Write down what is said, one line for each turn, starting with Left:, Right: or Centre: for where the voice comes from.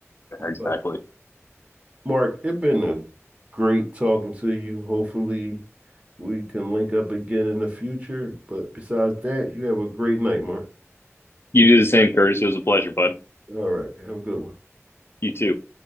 Left: exactly.
Right: But Mark, it's been a great talking to you. Hopefully, we can link up again in the future. But besides that, you have a great night, Mark.
Left: You do the same, Curtis. It was a pleasure, bud.
Right: All right, have a good one.
Left: You too.